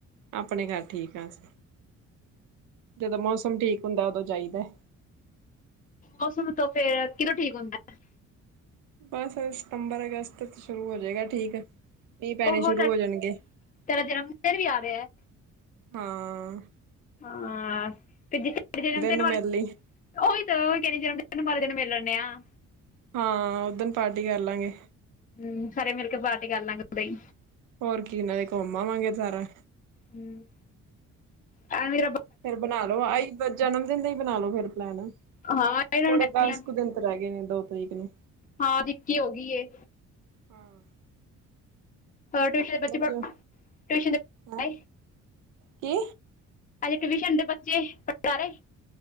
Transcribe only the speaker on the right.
ਆਪਣੇ ਘਰ ਠੀਕ ਹਾਂ ਅਸੀਂ, ਜਦੋਂ ਮੌਸਮ ਠੀਕ ਹੁੰਦਾ ਉਦੋਂ ਜਾਈਦਾ।
ਬਸ ਸਤੰਬਰ ਅਗਸਤ ਸ਼ੁਰੂ ਹੋ ਜਾਏਗਾ ਠੀਕ। ਮੀਂਹ ਪੈਣੇ
ਸ਼ੁਰੂ ਹੋ ਜਾਣਗੇ
ਹਾਂ।
ਨੂੰ
ਮਿਲ ਲਈ
ਹਾਂ, ਉਦਨ ਪਾਰਟੀ ਕਰ ਲਾਂਗੇ।
ਹੋਰ ਕੀ ਨਾਲੇ ਘੁੰਮ ਆਵਾਂਗੇ ਸਾਰਾ,
ਫੇਰ ਬਣਾ ਲੋ ਆਈ ਜਨਮ ਦਿਨ ਦਾ ਹੀ ਬਣਾ ਲੋ ਫੇਰ ਪਲੈਨ,
ਥੋੜੇ
ਦਸ
ਕੁ ਦਿਨ ਰਹਿ ਗਏ ਨੇ ਦੋ ਤਰੀਕ ਨੂੰ।
ਹਾਂ।
ਜੋ
ਹੈਂ ਕੀ?